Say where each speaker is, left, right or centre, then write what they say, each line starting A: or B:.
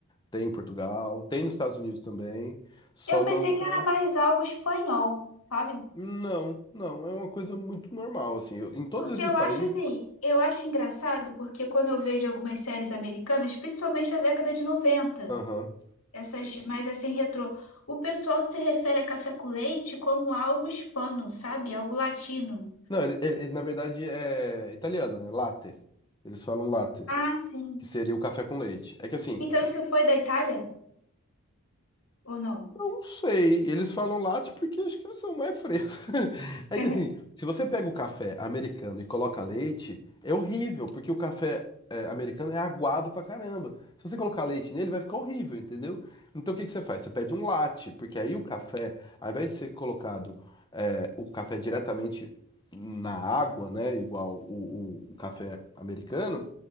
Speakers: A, on the left (about 20°); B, on the left (about 80°).
A: Tem em Portugal, tem nos Estados Unidos também, só
B: Eu pensei
A: não
B: que
A: é.
B: era mais algo espanhol, sabe?
A: Não, não, é uma coisa muito normal, assim. eu- em todos
B: Porque
A: esses
B: eu
A: países.
B: acho assim, eu acho engraçado porque quando eu vejo algumas séries americanas, principalmente da década de noventa
A: Aham.
B: essas mais assim retrô. O pessoal se refere a café com leite como algo hispano, sabe? Algo latino.
A: Não, ele, ele- ele, na verdade é italiano, é latte. Eles falam latte,
B: Ah, sim.
A: que seria o café com leite. É que assim,
B: Então
A: se-
B: isso foi da Itália ou não?
A: Não sei, eles falam latte porque acho que eles são mais frescos. <laughs> É
B: <laughs>
A: que assim, se você pega o café americano e coloca leite, é horrível, porque o café é, americano é aguado pra caramba. Se você colocar leite nele, vai ficar horrível, entendeu? Então o que que você faz? Você pede um latte, porque aí o café, ao invés de ser colocado é, o café diretamente na água, né, igual o, o o café americano,